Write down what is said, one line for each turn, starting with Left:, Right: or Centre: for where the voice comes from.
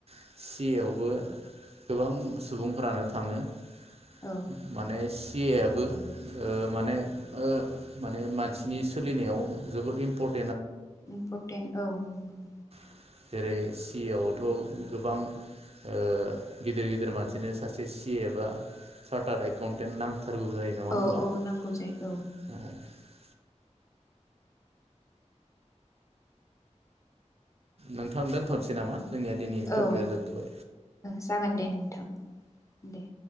Right: <inaudible> माने <unintelligible>
Left: औ इम्परटेन्ट औ <inaudible>
Right: <inaudible> थारगौ जायो नङा
Left: औ
Right: होमबा
Left: औ नांगौ जायो औ
Right: नोंथां दोनथ'नोसै नामा? जोंनिया दिनैनि टपिकआ
Left: औ
Right: जोबथ'बाय
Left: जागोन दे नोंथां। दे